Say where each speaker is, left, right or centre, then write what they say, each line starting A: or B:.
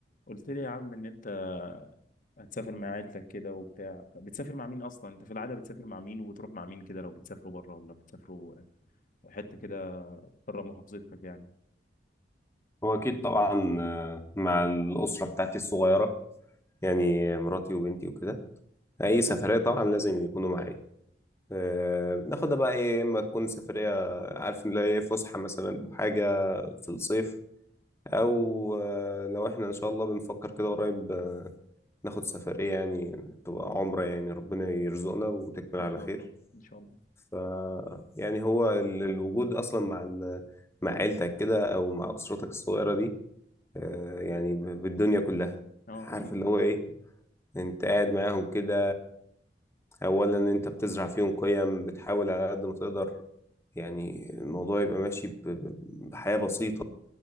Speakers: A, on the left; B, on the left.
A: قلت لي يا عم ان انت هتسافر مع عيلتك كده وبتاع بتسافر مع مين اصلا انت في العاده بتسافر مع مين وبتروح مع مين كده لو بتسافروا بره ولا بتسافروا حته كده بره محافظتك يعني
B: هو أكيد طبعا آه، مع الأسرة بتاعتي الصغيرة يعني مراتي وبنتي وكده أي سفرية طبعا لازم يكونوا معايا آه، بناخدها بقى إيه إما تكون سفرية عارف إن هي إيه، فسحة مثلا أو حاجة في الصيف أو آه، لو إحنا إن شاء الله بنفكر كده قريب آه، ناخد سفرية يعني تبقى عمرة يعني ربنا يرزقنا وتكمل
A: ان
B: على
A: شاء
B: خير
A: الله ان شاء الله
B: ف يعني هو ال- الوجود أصلا مع ال- مع عيلتك كده أو مع أسرتك الصغيرة دي آه، يعني ب- بالدنيا كلها
A: اه
B: عارف
A: اكيد
B: اللي هو ايه انت قاعد معاهم كده اولا انت بتزرع فيهم قيم بتحاول على قد ما تقدر يعني الموضوع يبقى ماشي ب- ب- بحياة بسيطة